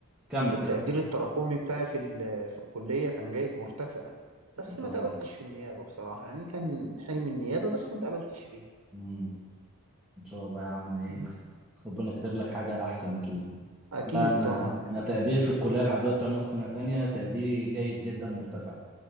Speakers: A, in the centre; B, on the right.
A: كمل
B: التقدير
A: كمل
B: التراكمي بتاعي في ال- في الكلية كان جيد مرتفع بس
A: ما شاء
B: ما اتقبلتش في النيابة بصراحة يعني كان حلم النيابة بس ما اتقبلتش فيها
A: الله ان شاء الله يا عم ايه
B: بس
A: ربنا كاتب لك حاجه احسن اكيد
B: أكيد
A: لا انا
B: طبعا
A: انا تقديري في الكليه لحد دلوقتي وانا في سنه تانية تقديري جيد جدا مرتفع